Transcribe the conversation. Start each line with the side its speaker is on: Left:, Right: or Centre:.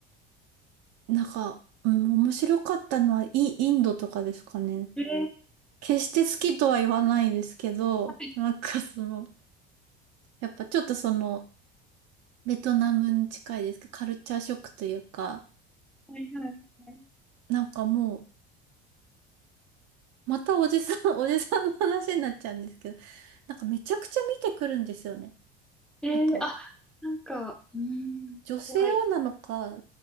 Right: なんか、うん、面白かったのはイ、インドとかですかね。
Centre: えー、
Right: 決して好きとは言わないですけど、
Centre: はい
Right: なんかその、やっぱちょっとその、ベトナムに近いですけど、カルチャーショックというか、
Centre: はいはいはい。
Right: なんかもう、またおじさん、<laughs> おじさんの話になっちゃうんですけど、なんかめちゃくちゃ見てくるんですよね。
Centre: えー、
Right: なんか、
Centre: あ、なんか、うーん、
Right: 女性をなのか、
Centre: 怖い。